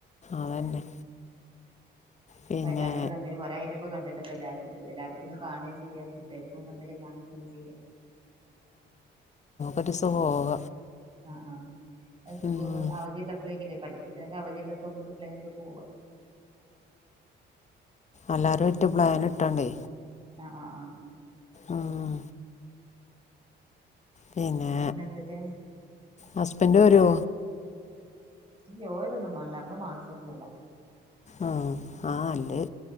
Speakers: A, on the left; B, on the right.
A: അതന്നെ
B: ഉം
A: പിന്നെ
B: ഇപ്പൊ എല്ലാർക്കും തമ്മില് കൊറേ ആയിലേ ഇപ്പ കണ്ടിട്ട് ട്ടക്കെ എല്ലാർക്കുട്ട് ഒ എല്ലാർക്കൊന്ന് കാണേം ചെയ്യാ കുട്ടിയേൾക്കും തമ്മില് കാണു ഒക്കൊന്ന് ചെയ്യാ.
A: ഒരീസം പോവ
B: ആഹ് ആഹ് അത് സ്കൂ
A: ഉം,
B: അവധില്ലപ്പളേങ്കിലേ പഠി ക്ക്പ്പിനൊക്ക അവധിയല്ലപ്പോ നമുക്ക് എപ്ലേങ്ലൊക്കെ പോവാ.
A: അല്ലാരേറ്റും പ്ലാന് ഇട്ടാണ്ടേ
B: ആഹ് ആഹ് ആഹ്
A: ഉം, പിന്നെ
B: പിന്നന്തെക്കേ?
A: ഹസ്ബൻഡ് വരോ?
B: ഇല്ല്യ ഓരൊന്നും വാണ്ട അമ്മള് മാത്രം പോവാ.
A: ഉം ആഹ് അല്ലത്